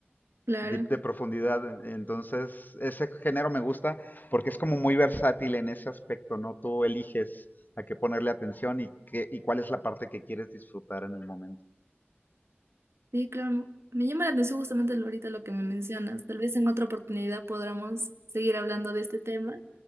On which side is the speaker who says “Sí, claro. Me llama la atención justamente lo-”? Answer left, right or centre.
Right